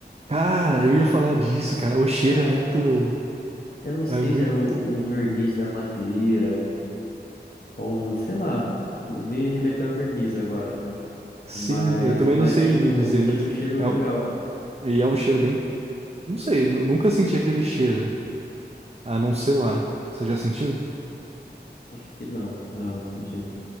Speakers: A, on the right; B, on the left.
A: Cara, eu ia falar disso, cara. O cheiro
B: É,
A: é muito.
B: eu não sei
A: É muito.
B: se era o, o verniz da madeira, ou sei lá, me remeteu a verniz agora, né?
A: Sim,
B: Mas,
A: eu também
B: mas
A: não sei
B: tinha, um-
A: dizer, mas.
B: tinha um cheiro
A: É
B: legal.
A: um... E é um cheiro bem. Não sei, nu- nunca senti aquele cheiro. A não ser lá. Você já sentiu?
B: Acho que não, não senti.